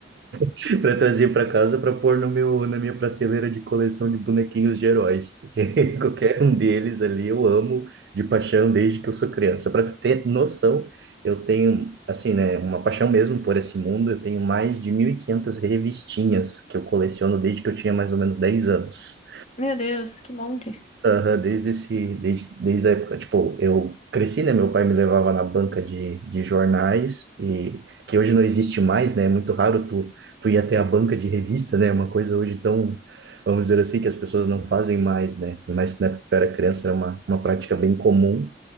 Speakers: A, on the right (about 60°); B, on the left (about 35°).
A: <laughs> para trazer para casa para pôr no meu, na minha prateleira de coleção de bonequinhos de heróis, porque <laughs> qualquer um deles ali eu amo de paixão desde que eu sou criança. Para tu ter noção, eu tenho assim, né, uma paixão mesmo por esse mundo, eu tenho mais de 1.500 revistinhas que eu coleciono desde que eu tinha mais ou menos 10 anos.
B: Meu Deus, que monte.
A: Aham, desde esse, desde, desde a época, tipo, eu cresci, né? Meu pai me levava na banca de, de jornais, e que hoje não existe mais, né? É muito raro tu, tu ir até a banca de revista, né? é Uma coisa hoje tão, vamos dizer assim, que as pessoas não fazem mais, né? Mas na época que eu era criança era uma, uma prática bem comum.